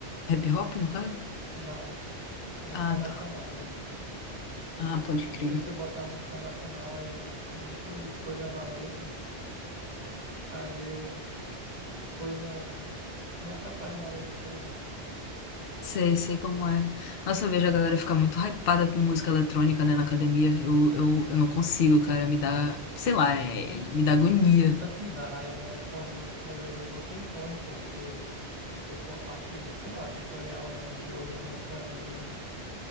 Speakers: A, on the left; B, on the right.
A: Hip hop, no caso?
B: Não, internacional
A: Ah, tá.
B: mesmo.
A: Ah, pode crer.
B: Porque se eu botar música nacional, aí, às vezes eu fico muito coisa na letra. Aí eu, coisa me atrapalha na hora de treinar.
A: Sei, sei como é. Nossa, eu vejo a galera ficar muito hypada com música eletrônica, né, na academia. Eu, eu, eu não consigo, cara. Me dá, sei lá, é-
B: Mas
A: me dá agonia.
B: Sabe o que me dá raiva? É quando às vezes eu vou sem fone porque eu tô com a parte, sei lá, sensorial, né? De ouvir música meio,